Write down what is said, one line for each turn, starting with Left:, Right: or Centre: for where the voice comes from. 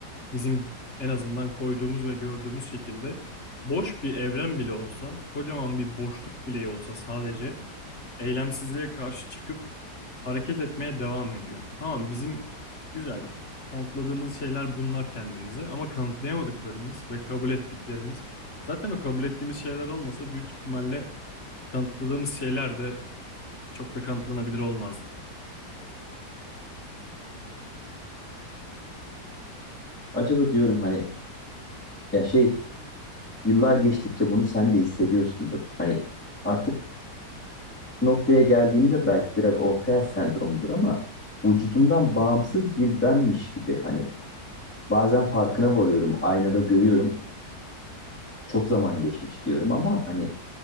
Left: Bizim en azından koyduğumuz ve gördüğümüz şekilde boş bir evren bile olsa, kocaman bir boşluk bile olsa sadece eylemsizliğe karşı çıkıp hareket etmeye devam ediyor. Tamam bizim güzel kanıtladığımız şeyler bunlar kendimize ama kanıtlayamadıklarımız ve kabul ettiklerimiz Zaten o kabul ettiğimiz şeyler olmasa büyük ihtimalle kanıtladığımız şeyler de çok da kanıtlanabilir olmazdı.
Centre: Acaba diyorum hani ya şey yıllar geçtikçe bunu sen de hissediyorsundur. Hani artık noktaya geldiğimde belki biraz ortaya sendromudur ama vücudumdan bağımsız bir benmiş gibi hani bazen farkına varıyorum, aynada görüyorum, çok zaman geçmiş diyorum ama hani